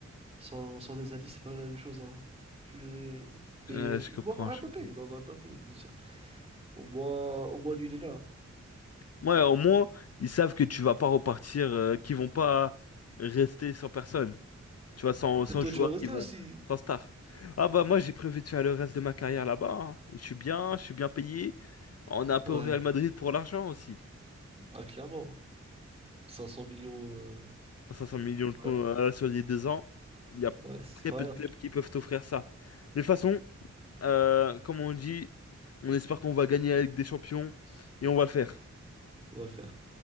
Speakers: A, on the right; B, on the left.
A: sans, sans des alliés, c'est pas la même chose. Hein. Purée. Mais
B: Euh, je
A: il
B: comprends,
A: va avoir
B: je
A: Mbappé,
B: comprends.
A: il va avoir Mbappé, il faut se dire. Au moins, au moins lui, il est là.
B: Ouais, au moins, ils savent que tu vas pas repartir, euh, qu'ils vont pas rester sans personne. Tu vois, sans,
A: Peut-être
B: sans
A: toi,
B: joueurs
A: tu vas rester
B: qui vont,
A: aussi.
B: sans star. Ah bah moi, j'ai prévu de faire le reste de ma carrière là-bas. hein. Et Je suis bien, je suis bien payé. On est un peu
A: Ouais.
B: au Real Madrid pour l'argent aussi.
A: Ah, clairement. cinq cents millions. euh,
B: 500 millions de con-
A: Ouais,
B: euh, sur les deux ans. Il y a
A: ouais, c'est
B: très
A: pas
B: peu
A: rien.
B: de clubs qui peuvent t'offrir ça. Mais de toute façon, euh, comme on dit, on espère qu'on va gagner avec des champions et on va le faire.
A: On va le faire.